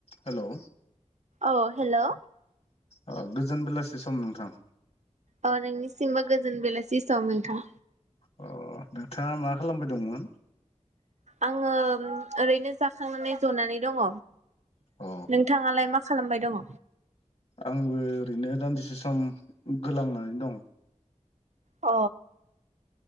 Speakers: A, on the left (about 50°); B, on the right (about 65°).
A: Hello.
B: औ hello.
A: ओ गोजोन बेलासि सम नोंथां।
B: अ नोंनिसिमबो गोजोन बेलासि सम नोंथां।
A: अ नोंथाङा मा खालामबाय दंमोन?
B: आङो ओरैनो जाखांनानै जनानै दङ।
A: अ
B: नोंथाङालाय मा मा खालामबाय दङ?
A: आंबो ओरैनो दान्दिसे सम गोलांनानै दं।
B: अ।